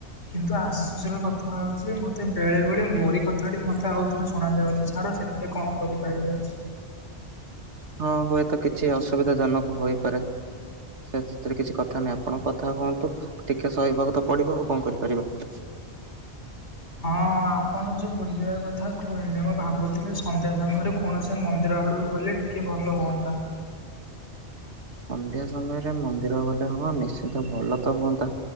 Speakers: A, on the left; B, on the right.
A: କିନ୍ତୁ ଆଶ୍ଚର କଥା ହଉଛି ମତେ ବେଳେ ବେଳେ ମୋରି କଥାଟି ମତେ ଆଉ ଥରେ ଶୁଣ ଯାଉଛି ଛାଡ। ସେଥିରେ କଣ କରିପାରିବ।
B: ହଁ ହୁଏତ କିଛି ଅସୁବିଧା ଜନକ ହୋଇପାରେ। ସେ ସେଥିରେ କିଛି କଥା ନାହିଁ ଆପଣ କଥା ହୁଅନ୍ତୁ। ଟିକେ ସହିବାକୁ ତ ପଡିବ ଆଉ କଣ କରିପାରିବା। <unintelligible>
A: ହଁ ଆପଣ ଯେଉଁ ବୁଲିବା କଥା କହିଲେ ମୁଁ ଭାବୁଥିଲି ସନ୍ଧ୍ୟା ସମୟରେ କୌଣସି ମନ୍ଦିର ଆଡ଼କୁ ଗଲେ ଟିକେ-। ଭଲ ହୁଅନ୍ତା।
B: <unintelligible> ସନ୍ଧ୍ୟା ସମୟରେ ମନ୍ଦିର ଗଲେ ହଁ ନିଶ୍ଚିନ୍ତ ଭଲ ତ ହୁଅନ୍ତା।